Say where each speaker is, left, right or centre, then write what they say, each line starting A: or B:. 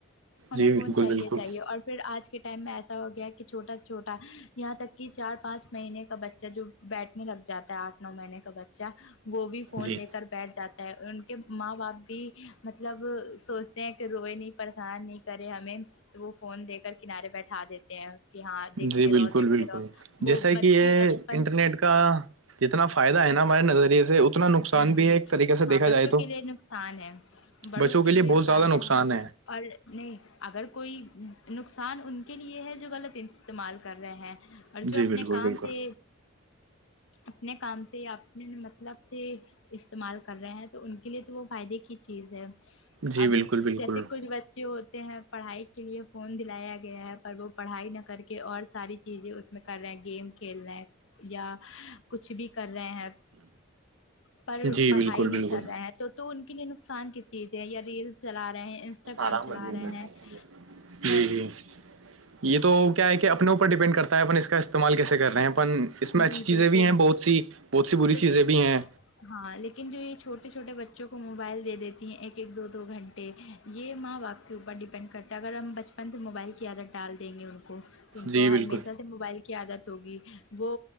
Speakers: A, on the left; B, on the right.
A: انہیں
B: جی بالکل
A: فون چاہیے
B: بالکل
A: چاہیے اور پھر آج کے ٹائم میں ایسا ہو گیا کہ چھٹا سےا چھوٹا یہاں تک کہ چار پانچ مہینے کا بچہ جو بیٹھنے لگ جاتا ہے آٹھ نو مہینے کا بچہ وہ بھی فون
B: جی
A: لے کر بیٹھ جاتا ان کے ماں باپ بھی مطلب سوچتے ہیں کہ روئے نہیں پریشان نہیں کرے ہمیں تو وہ فون دے کر کنارے بیٹھا دیتے ہیں کہ ہاں دیکھتے
B: جی بالکل
A: رہو دیکھتے
B: بالکل
A: رہو
B: جیسا
A: وہ بچے
B: کہ یہ
A: بچپن
B: انٹرنیٹ کا جتنا فائد ہے نا ہمارے نظریے سے اتنا نقصان
A: جی
B: بھی
A: جی
B: ہے ایک طریقے سے
A: ہاں
B: دیکھا
A: بچوں
B: جائے تو
A: کے لیے نقصان ہے بڑوں
B: بچوں
A: کے لیے
B: بہت زیادہ
A: فائدہ
B: نقصان
A: ہے اور نہیں اگر کوئی نقصان ان کے لیے ہے جو غلط استعمال کر رہے ہیں اور
B: جی
A: جو اپنے
B: بالکل
A: کام
B: بالکل
A: سے اپنے کام سے اپنے مطلب سے استعمال کر رہے ہیں تو ان کے لیے تو وہ فائدے کی چیز ہے
B: جی
A: اب
B: بالکل بالکل
A: جیسے کچھ بچے ہوتے ہیں پڑھائی کے لیے فون دلایا گیا ہے پر وہ پڑھائی نہ کر کے اور ساری چیزیں اس میں کر رہے ہیں گیم کھیلنے یا کچھ بھی کر رہے ہیں پر
B: جی
A: پڑھائی
B: بالکل
A: نہیں
B: بالکل
A: کر رہے ہیں تو تو ان کے لیے نقصان کی چیز ہے یا ریل چلا رہے ہیں انسٹاگرام
B: آرام
A: چلا
B: میں د
A: رہے
B: گ
A: ہیں
B: جی
A: پر
B: جی یہ تو کیا ہے کہ اپنے اوپر ڈیپینڈ کرتا ہے اپن اس کا استعمال کیسے کر رہے ہیں اپن اس میں اچھی
A: جی
B: چیزیں
A: بالکل
B: بھی ہیں بہت سی بہت سی بری
A: لیکن
B: چیزیں بھی ہیں
A: ہاں لیکن جو یہ چوٹے چھوٹے بچوں کو موبائل دے دیتی ہیں ایک ایک دو گھنٹے یہ ماں باپ کے اوپر ڈیپینڈ کرتے اگر ہم بچپن سے موبائل کی عادت ڈال دیں گے ان کو ان
B: جی
A: کو ہرمیشہ
B: بالکل
A: سے موبائل کی عادت ہوگی وہ